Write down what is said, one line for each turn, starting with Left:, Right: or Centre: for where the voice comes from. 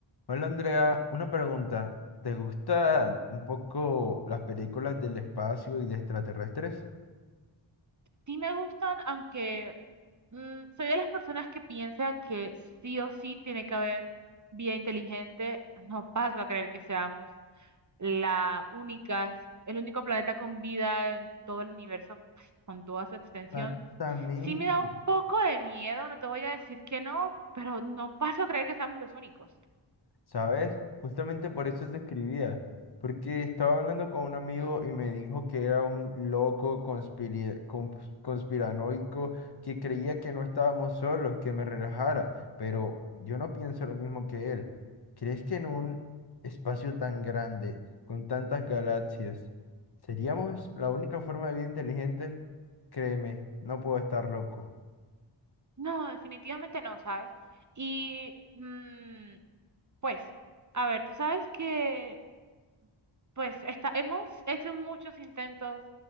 Left: Hola Andrea, una pregunta. ¿Te gustan un poco las películas del espacio y de extraterrestres?
Right: sí me gustan, aunque mm, soy de las personas que piensa que sí o sí tiene que haber vía inteligente. No paso a creer que seamos la única, el único planeta con vida en todo el universo, pues, con toda su extensión.
Left: Exactamente.
Right: Sí me da un poco de miedo, no te voy a decir que no, pero no paso a creer que seamos los únicos.
Left: ¿Sabes? Justamente por eso te escribía, porque estaba hablando con un amigo y me dijo que era un loco conspiri- cons- conspiranoico que creía que no estábamos solos, que me relajara, pero yo no pienso lo mismo que él. ¿Crees que en un espacio tan grande, con tantas galaxias, seríamos la única forma de vida inteligente? Créeme, no puedo estar loco.
Right: No, definitivamente no, ¿sabes? Y mm, pues, a ver, tú sabes que pues está, hemos hecho muchos intentos